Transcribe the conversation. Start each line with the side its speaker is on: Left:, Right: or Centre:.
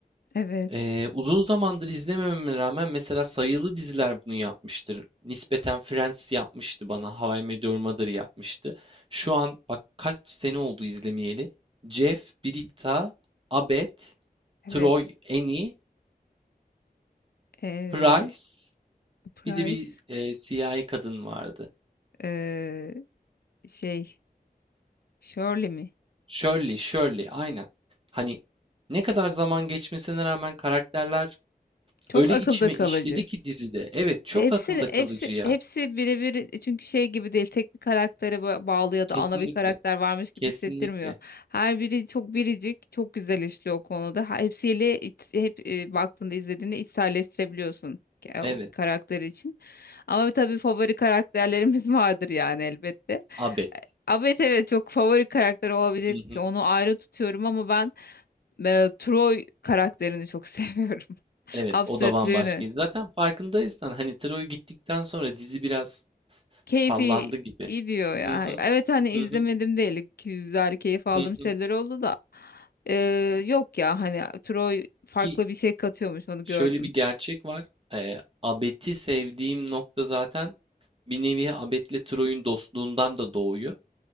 Left: evet,
Right: Ee, uzun zamandır izlemememe rağmen mesela sayılı diziler bunu yapmıştır. Nispeten Friends yapmıştı bana. How I Met Your Mother yapmıştı. Şu an bak kaç sene oldu izlemeyeli. Jeff, Britta, Abed,
Left: evet.
Right: Troy, Annie,
Left: Ee,
Right: Price
Left: Price,
Right: Bir de bir e, siyahi kadın vardı.
Left: ee, şey, Shirley mi?
Right: Shirley, Shirley, aynen. Hani ne kadar zaman geçmesine rağmen karakterler
Left: Çok
Right: öyle
Left: akılda
Right: içime
Left: kalıcı.
Right: işledi ki dizide. Evet, çok
Left: Hepsi
Right: akılda kalıcı
Left: hepsi
Right: ya.
Left: hepsi birebir çünkü şey gibi değil tek bir karaktere ba- bağlı ya da
Right: Kesinlikle,
Left: ana bir karakter varmış gibi
Right: kesinlikle.
Left: hissettirmiyor. Her biri çok biricik, çok güzel işliyor o konuda. Ha- Hepsiyle iç- hep e, baktığında izlediğinde içselleştirebiliyorsun ke-
Right: Evet,
Left: o karakter için. Ama tabii favori karakterlerimiz <laughs> vardır yani elbette.
Right: Abed.
Left: Ama Evet evet çok favori karakter olabilecek
Right: Hı
Left: bir
Right: hı.
Left: şey. Onu ayrı tutuyorum ama ben e, Troy karakterini çok <laughs> seviyorum.
Right: Evet,
Left: Absürtlüğünü.
Right: o da bambaşkaydı. Zaten farkındaysan hani Troy gittikten sonra dizi biraz
Left: keyfi
Right: sallandı gibi.
Left: gidiyor ya.
Right: Hı hı,
Left: Evet hani izlemedim
Right: hı hı,
Left: değil. Güzel keyif aldığım
Right: hı
Left: şeyler
Right: hı.
Left: oldu da. Ee, yok ya hani Troy farklı
Right: Ki
Left: bir şey katıyormuş onu gördüm.
Right: şöyle bir gerçek var. E, Abed'i sevdiğim nokta zaten bir nevi Abed'le Troy'un dostluğundan da doğuyor.